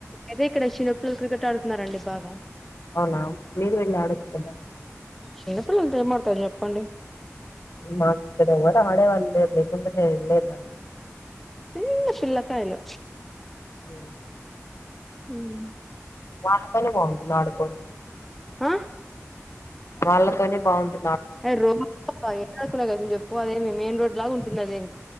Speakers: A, in the centre; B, on the left (about 60°).
A: అయితే ఇక్కడ చిన్నపిల్లలు క్రికెట్ ఆడుతున్నారండి బాగా
B: అవునా మీరు వెళ్ళి అడచ్చకద
A: చిన్నపిల్లలతో ఏం ఆడతాం చెప్పండి
B: మాకిక్కడ ఎవ్వరూ ఆడే వాళ్ళు లేరు లేకుంటే నేను వెళ్లేదాన్ని
A: చిన్న పిల్లకాయలు
B: మ్
A: మ్మ్
B: అడకనే బాగుంటుంది ఆడుకోం
A: ఆహ్
B: వాళ్ళతోనే బాగుంట్
A: ఎ రోబో అ ఎట్లాకున్నా అసల్ చెప్పు అదేమి మెయిన్ రోడ్ లాగా ఉంటుంది అదేమి